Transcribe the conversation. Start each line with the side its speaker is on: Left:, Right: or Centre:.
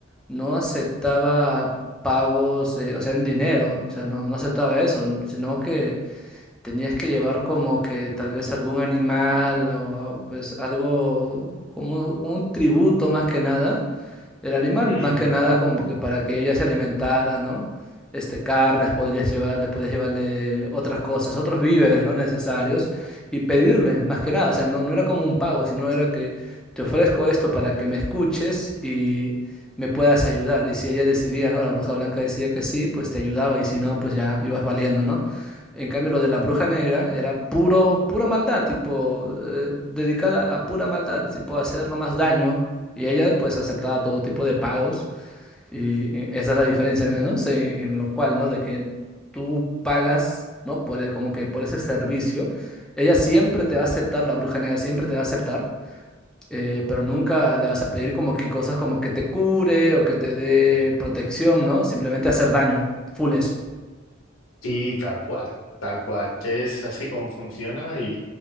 Centre: no aceptaba pagos, eh, o sea, en dinero, o sea, no, no aceptaba eso, sino que Tenías que llevar como que tal vez algún animal o pues algo como un tributo más que nada. El animal
Left: Mm.
Centre: más que nada como que para que ella se alimentara, ¿no? Este, carnes podrías llevarle, podrías llevarle otras cosas, otros víveres, ¿no? Necesarios y pedirle más que nada. O sea, no, no era como un pago, sino era que te ofrezco esto para que me escuches y me puedas ayudar. Y si ella decidía, ¿no? La bruja blanca decía que sí, pues te ayudaba y si no, pues ya ibas valiendo, ¿no? En cambio, lo de la bruja negra era puro, pura maldad, tipo, eh, dedicada a pura maldad, tipo, hacer nomás daño. Y ella, pues, aceptaba todo tipo de pagos. Y eh, esa es la diferencia, al menos, eh, en lo cual, ¿no? De que tú pagas, ¿no? Por, el- como que por ese servicio. Ella siempre te va a aceptar, la bruja negra siempre te va a aceptar. eh, pero nunca le vas a pedir como que cosas como que te cure o que te dé protección, ¿no? Simplemente hacer daño, full eso.
Left: Sí, tal cual, tal cual. Es así como funciona y